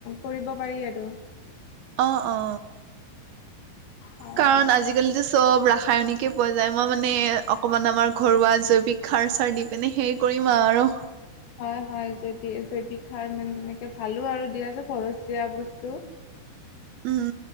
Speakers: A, on the left; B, on the right.
A: কৰিব পাৰি আৰু
B: অ-অ
A: হয়
B: কাণ
A: হয়।
B: আজিকালিতো চব ৰা ৰাসায়নিকে পোৱা যায়। মই মানে অকমান আমাৰ ঘৰুৱা জৈৱিক সাৰ চাৰ দি পিনে হেৰি কৰিম আৰু
A: হয়-হয় জৈৱিক-জৈৱিক সাৰ মানে তেনেকে ভালো আৰু দি আছোঁ খৰচীয়া বস্তু
B: উম,